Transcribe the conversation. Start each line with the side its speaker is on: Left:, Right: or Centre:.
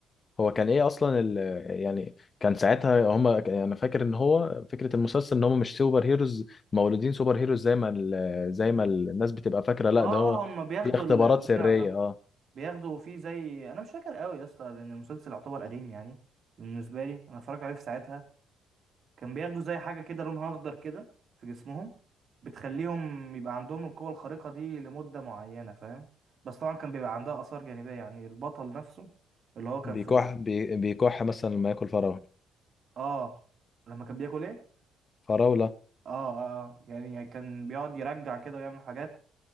Left: هو كان ايه اصلا ال... يعني كان ساعتها هم انا فاكر ان هو فكره المسلسل ان هم مش سوبر هيروز مولودين سوبر هيروز زي ما ال... زي ما الناس بتبقى فاكره لا
Right: اه
Left: ده هو
Right: هم بياخدوا
Left: في اختبارات
Right: البتاع
Left: سريه
Right: ده
Left: اه
Right: بياخدوا فيه زي انا مش فاكر قوي يا اسطى لان المسلسل يعتبر قديم يعني بالنسبه لي انا اتفرجت عليه في ساعتها كان بياخدوا زي حاجة كده لونها أخضر كده في جسمهم بتخليهم يبقى عندهم القوة الخارقة دي لمدة معينة فاهم بس طبعا كان بيبقى عندها آثار جانبية يعني البطل نفسه اللي هو كان
Left: بيكح
Right: في ال...
Left: بي... بيكح مثلا لما ياكل فراوله
Right: آه لما كان بياكل إيه؟
Left: فراوله
Right: آه آه آه. يعني كان بيقعد يرجع كده ويعمل حاجات